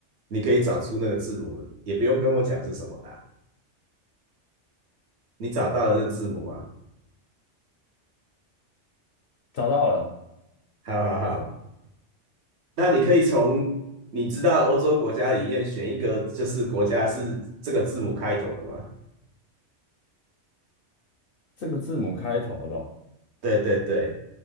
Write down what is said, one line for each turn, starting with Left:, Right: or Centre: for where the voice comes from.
Right: 你可以找出那个字母，也不用跟我讲是什么啦，你找到了那个字母吗？
Left: 找到了，
Right: 好好好。那你可以从你知道欧洲国家里面选一个，就是国家是这个字母开头的吗？
Left: 这个字母开头的哦，
Right: 对对对，